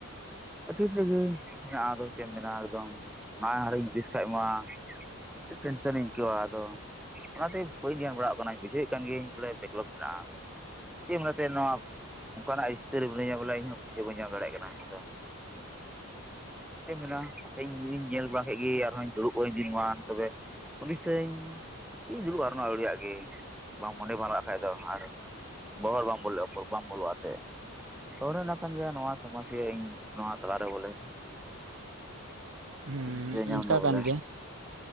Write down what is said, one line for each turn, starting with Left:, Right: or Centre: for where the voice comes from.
Centre: ᱟᱹᱰᱤ ᱥᱟᱸᱜᱤᱧ ᱢᱮᱱᱟᱜᱼᱟ ᱟᱫᱚ ᱪᱮᱫ ᱮᱢ ᱢᱮᱱᱟ ᱮᱠᱫᱚᱢ, ᱚᱱᱟ ᱵᱤᱥ ᱠᱷᱟᱡ ᱢᱟ ᱟᱹᱰᱤ ᱴᱮᱱᱥᱚᱱᱤᱧ ᱟᱹᱭᱠᱟᱹᱣᱟ ᱟᱫᱚ <inaudible> ᱚᱱᱟᱛᱮ ᱵᱟᱹᱧ ᱫᱷᱮᱭᱟᱱ ᱵᱟᱲᱟ ᱠᱟᱱᱟ ᱵᱩᱡᱷᱟᱹᱣᱮᱫ ᱠᱟᱱ ᱜᱤᱭᱟᱹᱧ ᱵᱚᱞᱮ ᱵᱮᱠᱞᱚᱠ ᱢᱮᱱᱟᱜᱼᱟ ᱟᱫᱚ ᱪᱮᱫ ᱢᱮᱱᱟᱛᱮ ᱱᱚᱣᱟ ᱚᱱᱠᱟᱱᱟᱜ ᱤᱥᱛᱟᱹᱨ ᱨᱮ ᱢᱤᱱᱟᱹᱧᱟ ᱵᱚᱞᱮ ᱤᱧ ᱦᱚᱸ ᱵᱩᱡᱷᱟᱹᱣ ᱵᱟᱹᱧ ᱧᱟᱢ ᱫᱟᱲᱮᱭᱟᱜ ᱠᱟᱱᱟ ᱟᱫᱚ <inaudible> ᱪᱮᱫ ᱢᱮᱱᱟᱜ-ᱟ ᱦᱟᱯᱮᱤᱧ ᱧᱮᱞ ᱵᱟᱲᱟ ᱠᱮᱫ ᱜᱮ ᱟᱨᱦᱚᱧ ᱫᱩᱲᱩᱵ <unintelligible> ᱢᱟ ᱛᱚᱵᱮ ᱦᱩᱫᱤᱥᱮᱧ ᱪᱮᱫ ᱤᱧ ᱫᱩᱲᱩᱵᱼᱟ ᱱᱚᱣᱟ <inaudible> ᱜᱮ ᱵᱟᱝ ᱢᱚᱱᱮ ᱵᱟᱝ ᱞᱟᱜᱟᱜ ᱠᱷᱟᱡ ᱫᱚ ᱟᱨ ᱵᱚᱦᱚᱨᱮ ᱵᱟᱝ ᱵᱞᱚ ᱵᱟᱝ ᱵᱚᱞᱮᱛᱮ <inaudible>
Right: ᱦᱮᱸ
Centre: ᱵᱩᱡᱷᱟᱹᱣ ᱧᱟᱢᱫᱟ
Right: ᱚᱱᱠᱟ
Centre: ᱵᱚᱞᱮ
Right: ᱠᱟᱱ ᱜᱮᱭᱟ